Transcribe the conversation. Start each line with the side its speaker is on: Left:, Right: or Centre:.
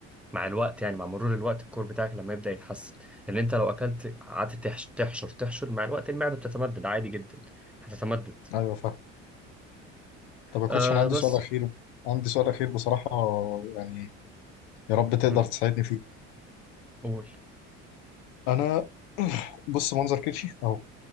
Centre: مع الوقت يعني مع مرور الوقت الكور بتاعك لما يبدا يتحسن لان انت لو اكلت قعدت تحش- تحشر تحشر مع الوقت المعده بتتمدد عادي جدا هتتمدد
Left: ايوه فاهم طب يا
Centre: آه
Left: كوتش انا عندي
Centre: بس
Left: سؤال اخير عندي سؤال اخير بصراحة يعني يا رب تقدر
Centre: م،
Left: تساعدني فيه
Centre: قول
Left: انا <clears throat> بص منظر كرشي اهو